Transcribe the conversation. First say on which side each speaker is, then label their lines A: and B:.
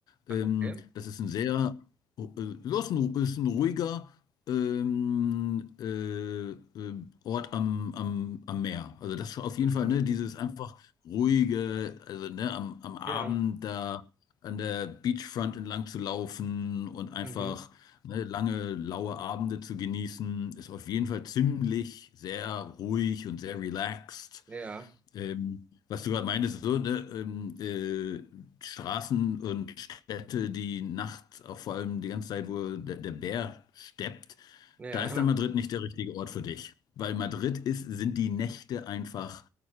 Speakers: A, on the right; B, on the left.
A: Ach,
B: Ähm,
A: okay.
B: das ist ein sehr, äh, das ist ein, ist ein ruhiger ähm, äh, äh, Ort am, am, am Meer. Also das ist auf jeden
A: Mhm.
B: Fall, ne, dieses einfach ruhige, also ne, am, am Abend
A: Ja,
B: da an der Beachfront entlang zu laufen und einfach
A: mhm.
B: ne, lange, laue Abende zu genießen, ist auf jeden Fall ziemlich sehr ruhig und sehr relaxed.
A: Ja,
B: Ähm, was du gerade meintest, so, ne, ähm, äh, Straßen und Städte, die nachts, auch vor allem die ganze Zeit, wo der, der Bär steppt,
A: ja.
B: da ist dann Madrid nicht der richtige Ort für dich. Weil Madrid ist, sind die Nächte einfach